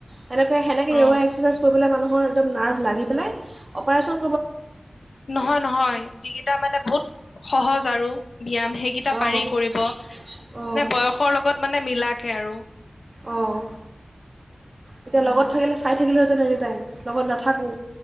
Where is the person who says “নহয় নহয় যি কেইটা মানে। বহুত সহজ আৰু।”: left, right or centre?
Left